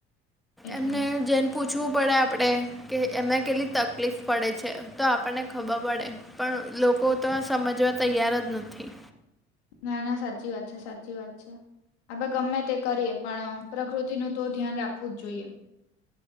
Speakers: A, on the left; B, in the centre.
A: એટલે
B: એમને જેને પૂછ પૂછવું પડે આપણે કે એને કેટલી તકલીફ પડે છે તો આપણને ખબર પડે પણ લોકો તો આ સમજવા તૈયાર જ નથી.
A: ના ના સાચી વાત છે સાચી વાત છે આપડે ગમે તે કરીએ પણ પ્રકૃતિનું તો ધ્યાન રાખવું જ જોઈએ.